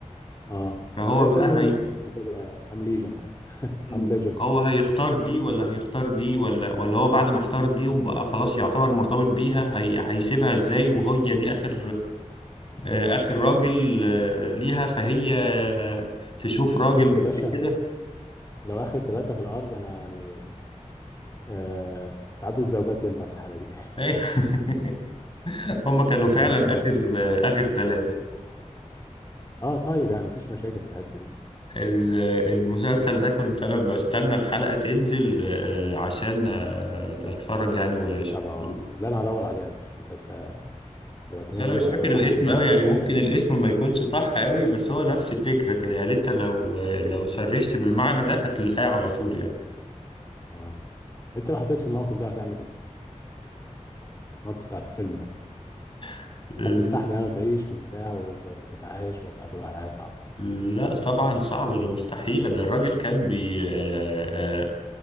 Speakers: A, on the left; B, on the left.
A: اه
B: فهو
A: زي
B: بقى
A: فيلم ويل
B: هي
A: سميث كده ام ليجند
B: مم.
A: ام ليجند
B: هو هيختار دي ولا هيختار دي ولا ولا هو بعد ما اختار دي وبقى خلاص يعتبر مرتبط بيها هي... هيسيبها ازاي وهي دي اخر آه، اخر راجل آه، ليها فهي آه، تشوف
A: <laughs>
B: راجل
A: بص
B: بعد
A: يا باشا
B: كده
A: لو اخر ثلاثة في الارض انا يعني آه تعدد الزوجات ينفع في الحالة دي
B: <laughs> هما كانوا
A: <laughs>
B: فعلا
A: ولا انت ايه
B: اخر
A: رايك؟
B: آه، اخر ثلاثة
A: اه طيب يعني مفيش مشاكل في الحتة دي
B: ال- المسلسل ده كنت انا بستنى الحلقة تنزل آه، عشان آه، اتفرج يعني واشوف
A: تتابع اه
B: ال-
A: لا انا هدور عليها يا باشا انت انت شوقتني
B: بس انا
A: ليه
B: مش فاكر
A: بصراحة
B: الاسم
A: احب
B: قوي
A: النوعية
B: يعني ممكن
A: دي من الافلام
B: الاسم ما يكونش صح قوي بس هو نفس الفكرة كده يعني انت لو لو سرشت بالمعنى ده هتلاقيه على طول يعني
A: اه انت لو حطيت في الموقف ده هتعمل ايه؟ الموقف بتاع الفيلم ده
B: <laughs>
A: هتعرف تستحمل يعني وتعيش وبتاع وتتعايش ولا هتبقى الحياة صعبة؟
B: لا طبعا صعبة ده مستحيلة ده الراجل كان بي آه، آه،